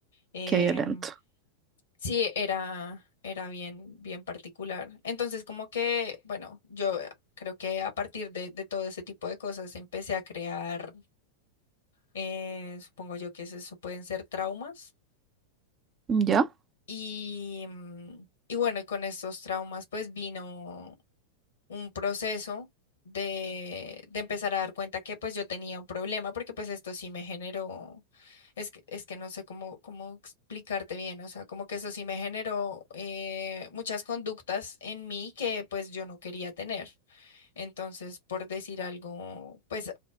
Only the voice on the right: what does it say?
Qué violento.
¿Ya?